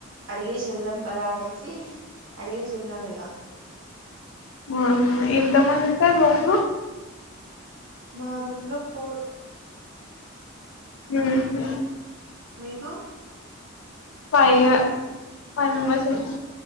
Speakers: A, on the right; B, on the left.
A: అడిగే చెల్లం పదా అనేసి అడిగే చెల్లం ఇక
B: ఉమ్ ఎంత మంది థా నోను
A: మా రూమ్ లో ఫోర్
B: ఉమ్ హు
A: మీకు
B: ఫై ఫై మెంబెర్స్ ఏమో